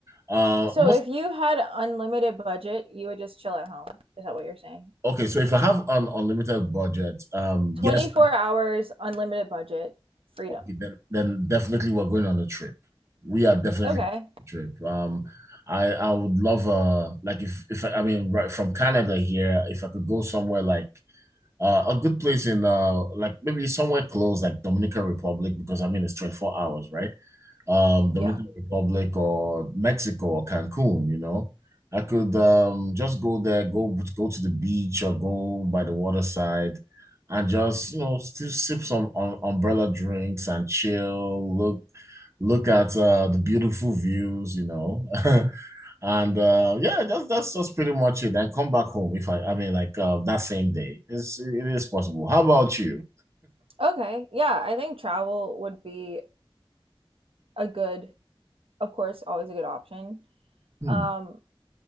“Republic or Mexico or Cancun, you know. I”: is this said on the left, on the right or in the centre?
Right